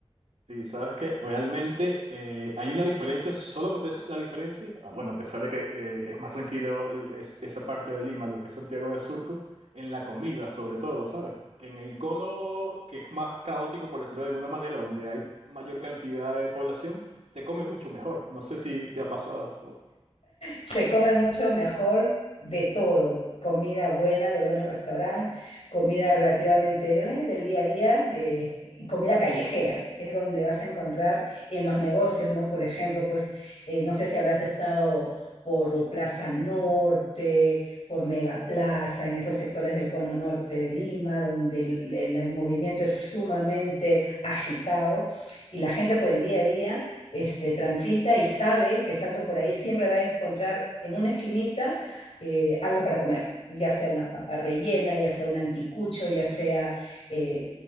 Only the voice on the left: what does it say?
Se come mucho mejor de todo, comida buena, de buenos restaurantes, comida relativamente eh, del día a día eh, y comida callejera, es donde vas a encontrar y en los negocios, ¿no? Por ejemplo, pues eh, no sé si habrás estado por Plaza Norte, por Megaplaza, en esos sectores del cono norte de Lima, donde el, el- el movimiento es sumamente agitado y la gente por el día a día este, transita y sabe que estando por ahí siempre va a encontrar en una esquinita eh, algo para comer, ya sea una papa rellena, ya sea un anticucho, ya sea eh,